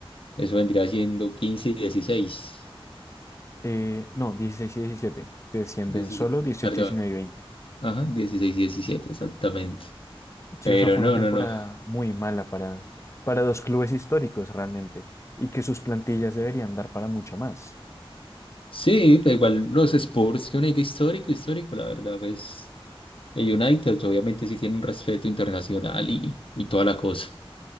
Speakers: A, on the left; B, on the left.
A: Eso vendría siendo 15 y dieciséis,
B: Eh, no, 16 y 17 porque descienden
A: dieciséis.
B: solo dieciocho
A: perdón.
B: 19 y 20.
A: Ajá, 16 y 17 exactamente.
B: Sí,
A: Pero
B: o sea, fue
A: no,
B: una temporada
A: no, no.
B: muy mala para, para dos clubes históricos realmente, y que sus plantillas deberían dar para mucho más.
A: Sí, pero igual los Spurs, que un equipo histórico, histórico, la verdad, pues el United obviamente sí tiene un respeto internacional y, y toda la cosa,